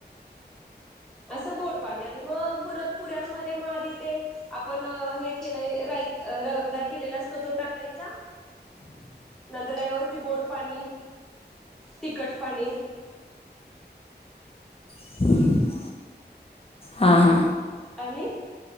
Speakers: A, in the centre; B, on the left.
A: असं गोड पाणी आणि मग परत पुऱ्यांमध्ये मग आधी ते आपण हे केल्या राईत रगडा केलेला असतो तो टाकायचा. नंतर त्यावरती गोड पाणी, तिखट पाणी
B: <inaudible> हां हां
A: आणि